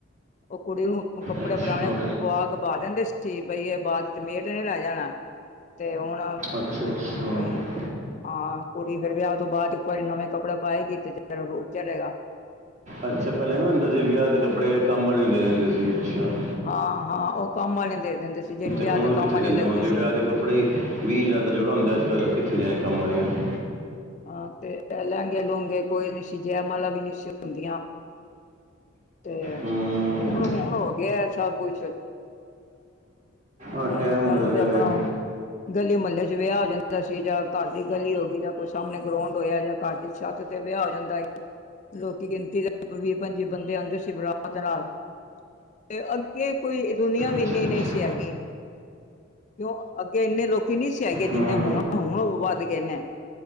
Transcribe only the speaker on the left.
ਉਹ ਕੁੜੀ ਨੂੰ ਕੱਪੜੇ
ਪੁਰਾਣੇ ਪਆ ਕੇ ਪਾ ਦਿੰਦੇ ਸੀ ਬਈ ਇਹ ਬਾਅਦ ਚ ਮੇਟ ਨੇ ਲੈ ਜਾਣਾ ਤੇ ਹੁਣ
ਸਹੀ ਹਾਂ ਕੁੜੀ ਫਿਰ ਵਿਆਹ ਤੋਂ ਬਾਅਦ ਇੱਕ ਵਾਰੀ ਨਵੇਂ ਕੱਪੜੇ ਪਾਏਗੀ ਤੇ ਰੂਹ ਚਲੇੇਗਾ
ਹਾਂ ਹਾਂ ਉਹ ਕੰਮ ਵਾਲੇ ਦੇ ਦਿੰਦੇ ਸੀ ਜਿਹੜੀ ਵਿਆਹ
ਤੇ
ਕੰਮ ਵਾਲੇ
ਲੱਗਦੇ
ਸੀ।
ਹਾਂ ਤੇ ਲਹਿੰਗੇ ਲੂੰਗੇ ਕੋਈ ਨੀ ਸੀ ਜੈ ਮਾਲਾ ਵੀ ਨਹੀਂ ਹੁੰਦੀਆਂ ਤੇ ਹੂਨ
ਹੂਨ ਹੋ ਗਿਆ ਸਭ ਕੁਛ
ਕਰ
ਲਓ ਕਰ
ਲਓ ਤੇ ਆਪਣਾ
ਗਲੀ ਮਹੱਲੇ ਚ ਵਿਆਹ ਆ ਜਾਂਦਾ ਸੀ ਜਾਂ ਘਰ ਦੀ ਗਲੀ ਹੋ ਗਈ ਜਾਂ ਕੋਈ ਸਾਹਮਣੇ ਗਰਾਉਂਡ ਹੋਇਆ ਜਾਂ ਘਰ ਦੀ ਛੱਤ ਤੇ ਵਿਆਹ ਹੋ ਜਾਂਦਾ ਲੋਕੀ ਗਿਣਤੀ ਦੇ ਵੀਹ ਪੰਜੀ ਬੰਦੇ ਆਉਂਦੇ ਸੀ ਬਰਾਤ ਨਾਲ ਤੇ ਅੱਗੇ ਕੋਈ ਦੁਨੀਆਂ ਵੀ
ਇੰਨੀ
ਨਹੀਂ ਸੀ ਹੈਗੀ ਕਿਉਂ ਅੱਗੇ ਇੰਨੇ ਲੋਕੀ ਨੀ ਸੀ ਆ ਗਏ
ਜਿੰਨੇ ਹੋਣ ਹੋੁਣ ਵੱਧ ਗਏ ਨੇ